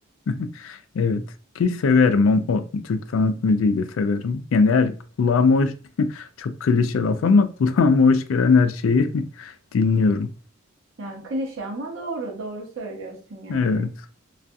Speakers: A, on the left; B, on the right.
A: evet. Evet ki severim o, o Türk sanat müziği de severim. Yani her kulağıma hoş <laughs> çok klişe laf ama <laughs> kulağıma hoş gelen her şeyi <laughs> dinliyorum.
B: Yani klişe ama doğru, doğru söylüyorsun yani.
A: Evet